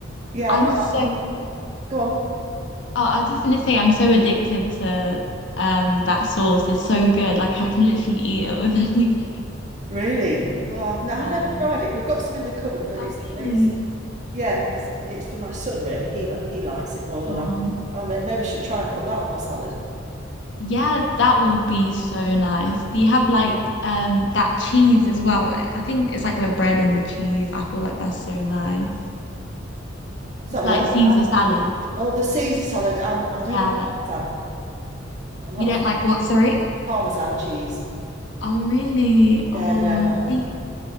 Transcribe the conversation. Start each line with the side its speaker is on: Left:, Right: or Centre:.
Right: yeah.
Left: I
Right: I'm not.
Left: was so.
Right: I'm. Go on.
Left: Oh, I was just gonna say I'm so addicted to um that sauce. It's so good. Like I can literally eat it with <laughs> anything.
Right: Really? Oh, I've no,
Left: Yeah.
Right: I haven't ever tried it. We've got some in the cupboard, but
Left: Oh
Right: it's
Left: really?
Right: it's yeah, it's it's for my son really. He he likes it more than
Left: Oh.
Right: I. do. I maybe should try and put that on my salad.
Left: Yeah, that will be so nice. Do you have like um that cheese as well? I I think it's like the bread and the cheese. I feel like that's so nice.
Right: So
Left: It's
Right: I,
Left: like
Right: I,
Left: Caesar salad.
Right: oh, the Caesar salad. Um, I don't
Left: Yeah.
Right: like parmesan. I'm not
Left: You
Right: a
Left: don't
Right: fan
Left: like
Right: of
Left: what, sorry?
Right: parmesan cheese.
Left: Oh, really? Oh,
Right: Yeah, no.
Left: do
Right: I,
Left: you,